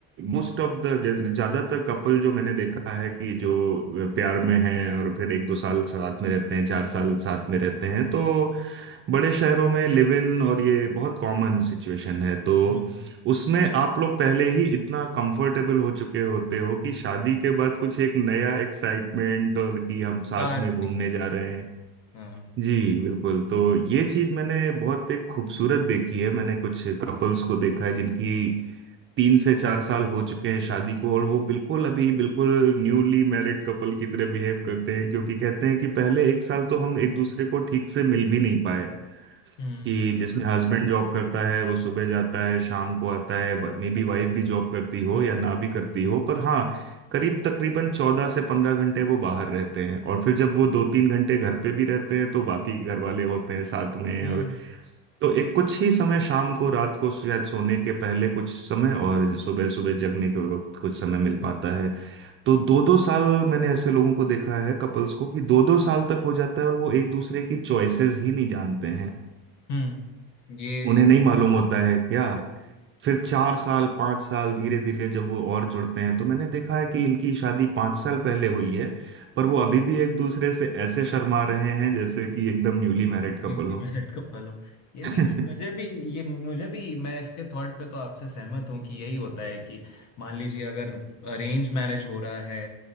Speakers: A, on the right; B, on the left.
A: मोस्ट ऑफ द ज्यादातर कपल जो मैंने देखा है कि जो प्यार में हैं और फिर एक दो साल साथ में रहते हैं चार साल साथ में रहते हैं तो बड़े शहरों में लिव इन और ये बहुत कॉमन सिचुएशन है तो
B: हम्म
A: उसमें आप लोग पहले ही इतना कंफर्टेबल हो चुके होते हो कि शादी के बाद कुछ एक नया एक्साइटमेंट और कि हम साथ
B: पार्क
A: में घूमने
B: नहीं पता
A: जा रहे हैं
B: हाँ
A: जी बिल्कुल तो ये चीज मैंने बहुत एक खूबसूरत देखी है मैंने कुछ कपल्स को देखा है जिनकी तीन से चार साल हो चुके हैं शादी को और वो बिल्कुल अभी बिल्कुल न्यूली मैरिड कपल की तरह बिहेव करते हैं क्योंकि कहते हैं कि पहले एक साल तो हम एक दूसरे को ठीक से मिल भी नहीं पाए
B: हम्म
A: कि जिसमें हस्बैंड जॉब करता है वो सुबह जाता है शाम को आता है मे बी वाइफ भी जॉब करती हो
B: हम्म
A: या ना भी करती हो पर हाँ करीब तकरीबन चौदह से पंद्रह घंटे वो बाहर रहते हैं और फिर जब वो दो तीन घंटे घर पे भी रहते हैं तो बाकी घर वाले होते हैं साथ में
B: हम्म
A: और तो एक कुछ ही समय शाम को रात को शायद सोने के पहले कुछ समय और सुबह सुबह जगने के वक्त कुछ समय मिल पाता है तो दो दो साल मैंने ऐसे लोगों को देखा है कपल्स को कि दो दो साल तक हो जाता है और वो एक दूसरे की चॉइसेस ही नहीं जानते हैं
B: हम्म ये
A: उन्हें
B: एक
A: नहीं मालूम होता है क्या फिर चार साल पांच साल धीरे धीरे जब वो और जुड़ते हैं तो मैंने देखा है कि इनकी शादी पांच साल पहले हुई है पर वो अभी भी एक दूसरे से ऐसे शर्मा रहे हैं जैसे कि एकदम न्यूली मैरिड कपल
B: न्यूली
A: हो
B: मैरिड
A: <laughs>
B: कपल हो ये भी
A: हम्म,
B: मुझे भी ये मुझे भी मैं इसके थॉट पे तो आपसे सहमत हूँ कि यही होता है कि मान लीजिए अगर अरेंज मैरिज हो रहा है